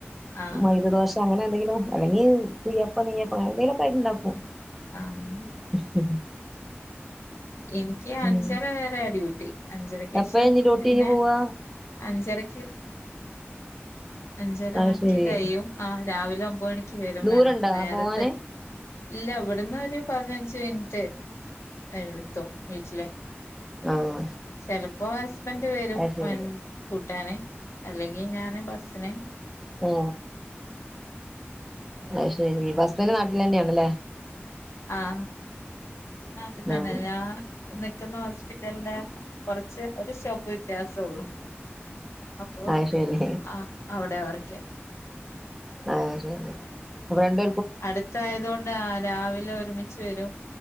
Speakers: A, on the left (about 80°); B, in the centre.
A: ആഹ്
B: മൈദദോശ ഷെ അങ്ങന്തെങ്കിലും അല്ലെങ്കി കുയ്യപ്പ നെയ്യപ്പ അങ്ങനെന്തേലുഒക്കെ ആയിട്ടുണ്ടാക്കും
A: ആഹ്
B: <inaudible>
A: എനിക്കഞ്ചര
B: ഉം
A: വരാ ഡ്യൂട്ടി അഞ്ചരക്കേഷം
B: എപ്പഴാ ഇനി ഡ്യൂട്ടി
A: പിന്നെ
B: കഴിഞ്ഞ് പോവാ
A: അഞ്ചരക്ക് അഞ്ചര
B: അത്
A: ണിക്ക്
B: ശരി
A: കഴിയും ആ് രാവിലെ ഒമ്പേണിക്ക് വരും
B: ദൂരണ്ടാ
A: വേണം നേരത്തെ
B: പോവാന്
A: ഇല്ല വിടന്ന് ഒരു പതിനഞ്ച് മിൻറ്റ് ഏ എടുത്തോ വീട്ടിലെ
B: ആഹ്
A: ചെലപ്പോ ഹസ്ബൻഡ് വരും
B: അത് ശരി
A: വൻ കൂട്ടാന് അല്ലെങ്കി ഞാന് ബസിന്
B: മ് അയ്ശെരി പ ഹസ്ബൻഡ് നാട്ട്ലെന്നെയാണല്ലേ
A: ആഹ് നാട്ട് തന്നെ
B: ആഹ്
A: ഞാ നിക്കുന്ന ഹോസ്പിറ്റൽന്റെ കൊറച്ച് ഒരു സ്റ്റോപ്പ് വിത്യാസൊള്ളു അപ്പൊ
B: അത് ശരി
A: ആ അവിടെ വർകെ
B: ആഹ് ശരി പ്പ രണ്ട്
A: അടുത്തായതോണ്ട് ആ രാവിലെ ഒരുമിച്ച് വരും